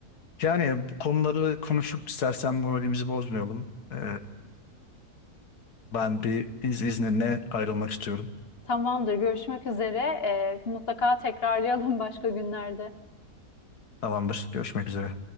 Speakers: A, on the left; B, on the left.
A: Yani bu konuları konuşup istersen moralimizi bozmayalım. Ee, ben bir iz izninle ayrılmak istiyorum.
B: Tamamdır. Görüşmek üzere. E, mutlaka tekrarlayalım başka günlerde.
A: Tamamdır. Görüşmek üzere.